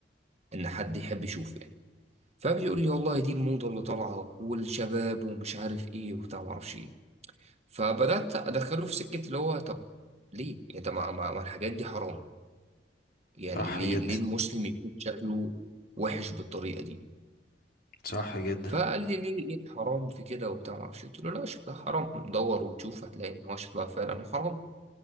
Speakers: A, on the right; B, on the left.
A: ان حد يحب يشوفه يعني فبيقول لي والله دي الموضه اللي طالعه والشباب ومش عارف ايه وبتاع ما اعرفش ايه فبدات ادخله في سكه اللي هو طب ليه يعني طب ما ما- ما الحاجات دي حرام يعني
B: صح
A: ليه
B: جدا
A: ليه المسلم يكون شكله وحش بالطريقه دي
B: صح جدا
A: فقال لي ليه ايه الحرام في كده وبتاع ما اعرفش إيه. قلت له لا شكلها حرام دور وتشوف هتلاقي ان هو شكلها فعلا حرام